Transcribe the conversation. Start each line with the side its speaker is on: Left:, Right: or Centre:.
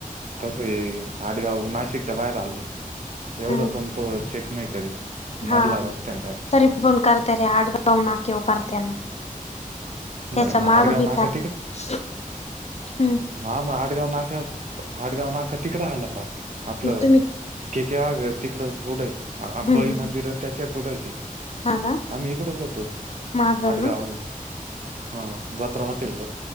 Right: तस हे आडगाव नाशिकच्या बाहेर आल. एवढं
Left: हम्म
Right: कोण पो चेक नाही करीत
Left: हा
Right: मधला रस्तान राईट
Left: तरी पण करत रे आडगाव नाकॅव करत्या ना. त्याचा
Right: नाही मग
Left: माग
Right: आडगाव
Left: बी
Right: नाका
Left: करते हम्म.
Right: म ह मग आडगाव नाका आडगाव नाका तिकडं आला पार आपलं
Left: तुम्ही
Right: के के वाघ आहे तिकड पुढंय हबळी
Left: हम्म हम्म
Right: मंदिर आणि त्याच्या पुढे य तेे
Left: हा का
Right: आम्ही इकडच होतो
Left: माग
Right: आटगाव
Left: ना
Right: हा जत्रा हॉटेल ला.